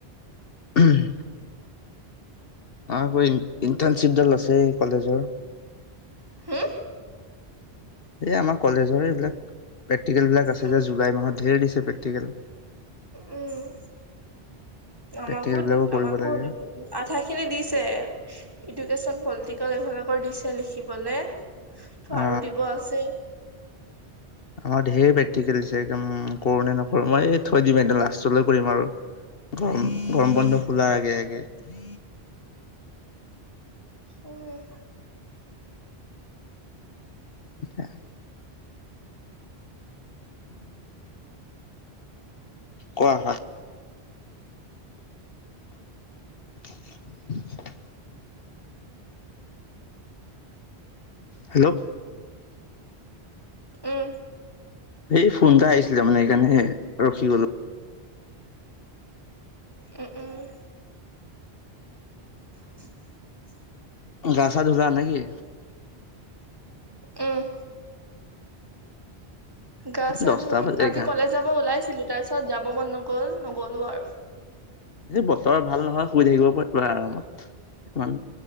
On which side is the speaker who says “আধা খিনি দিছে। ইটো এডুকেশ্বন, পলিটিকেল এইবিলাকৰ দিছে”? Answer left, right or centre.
Right